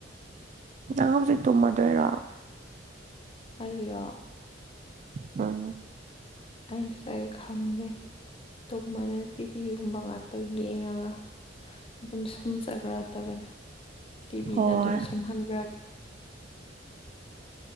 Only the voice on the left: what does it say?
ꯑꯩꯔꯣ
ꯑꯩꯁ ꯈꯪꯗꯦ ꯇꯨꯝꯃꯥꯅꯤ ꯇꯤꯚꯤꯒꯨꯝꯕ ꯉꯥꯛꯇꯪ ꯌꯦꯡꯉꯒ ꯑꯗꯨꯝ ꯁꯨꯝꯖꯈ꯭ꯔꯗꯕꯅꯦ ꯇꯤꯚꯤꯅ
ꯑꯗꯨꯝ ꯁꯨꯝꯍꯟꯈ꯭ꯔꯒ